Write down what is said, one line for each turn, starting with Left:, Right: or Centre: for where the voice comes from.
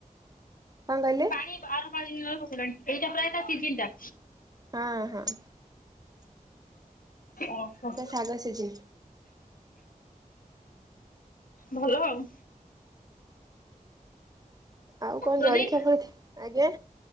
Right: କଣ କହିଲେ?
Left: ଏଇଟା ପ୍ରାଏ ତା ସିଜିନ ଟା।
Right: ହଁ ହଁ।
Left: ଓହୋ।
Right: ଏଟା ଶାଗ ସିଜିନ୍
Left: ଭଲ ଆଉ।
Right: ଆଉ କଣ
Left: ରୋଷେଇ
Right: ଜଳିଖିଆ କରନ୍ତି ଆଜ୍ଞା।